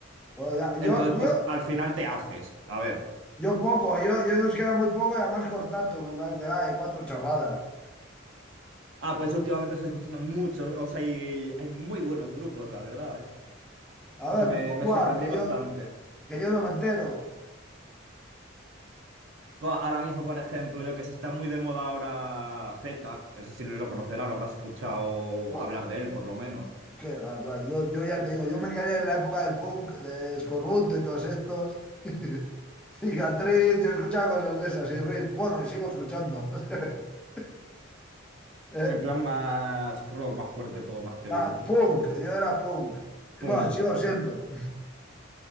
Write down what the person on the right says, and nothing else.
Entonces,
pues al final te haces. A ver.
Ah, pues últimamente estoy escuchando mucho, o sea, hay, hay muy buenos grupos, la verdad, ¿eh?
O
sea, me,
me
sorprendí
bastante.
Jo, Ahora mismo, por ejemplo, yo que sé, está muy de moda ahora ZTAC, ese sí lo conocerás, lo habrás escuchado
hablar de él, por lo menos.
En plan más rock, más fuerte todo, más heavy,
¿no?
Punk.